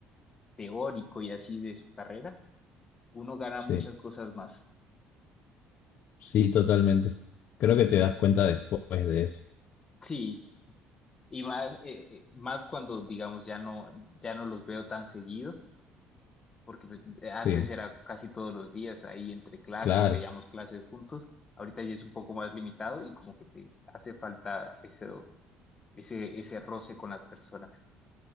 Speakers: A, on the left; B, on the left.
A: teórico y así de su carrera uno gana
B: Sí,
A: muchas cosas más.
B: sí, totalmente. Creo que te das cuenta después de eso.
A: Sí, y más, eh, eh, más cuando, digamos, ya no, ya no los veo tan seguido, porque pues, eh, antes
B: Sí,
A: era casi todos los días ahí entre clases,
B: claro.
A: veíamos clases juntos, ahorita ya es un poco más limitado y como que te hace falta eso ese, ese roce con las personas.